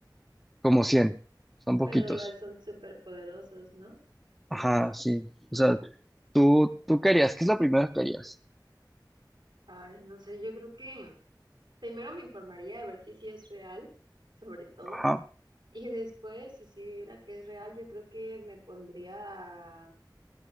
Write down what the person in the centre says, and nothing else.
como cien son poquitos.
Ajá, sí. O sea, tú, tú querías, ¿qué es lo primero que harías?
Ajá.